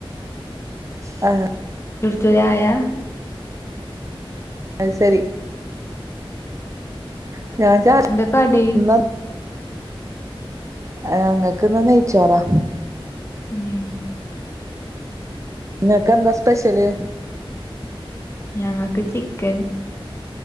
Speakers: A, on the right; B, on the left.
A: <unintelligible>
B: കുടിച്ചോ ചായ
A: അത് ശെരി <unintelligible>
B: എന്താ കടി
A: അങ്ങക്കിന്ന് നെയിച്ചോറാ
B: മ്മ്
A: നിങ്ങക്ക് എന്താ സ്പെഷ്യല്?
B: ഞങ്ങക്ക് ചിക്കന്.